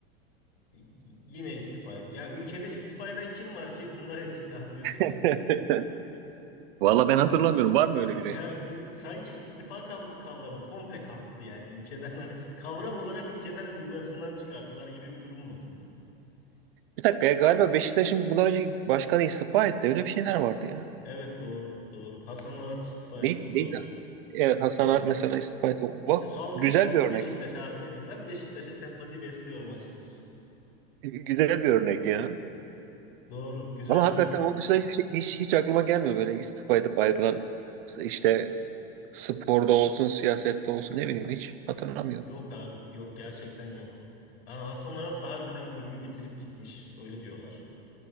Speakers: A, on the left; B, on the right.
A: Y- Yine istifa et. Ya ülkede istifa eden kim var ki bunlar etsin abi gözümüz
B: <laughs> Valla ben hatırlamıyorum. Var mı öyle biri?
A: Ya ü- sanki istifa kavr- kavramı komple kalktı yani ülkeden hani kavram olarak ülkeden lügatından çıkardılar gibi bir durum var.
B: Bir dakika ya, galiba Beşiktaş'ın bundan önce başkanı istifa etti. Öyle bir şeyler vardı ya.
A: Evet doğru doğru. Hasan Arat istifa
B: Değil,
A: etti.
B: değil.
A: Doğru
B: E, Hasan
A: doğru.
B: Art mesela istifa etti.
A: İşte
B: Bak
A: halkın
B: güzel
A: takımı
B: bir örnek.
A: Beşiktaş abi ne diyeyim? Ben Beşiktaş'a sempati besliyorum açıkçası.
B: <laughs> Güzel bir örnek ya.
A: Doğru güzel
B: Ama hakikaten
A: bir yorum.
B: onun dışında hiç, hiç, hiç aklıma gelmiyor böyle istifa edip ayrılan işte sporda olsun, siyasette olsun ne bileyim hiç hatırlamıyorum.
A: Yok abi yok gerçekten yok. Ha, Hasan Arat da harbiden kulübü bitirip gitmiş öyle diyorlar.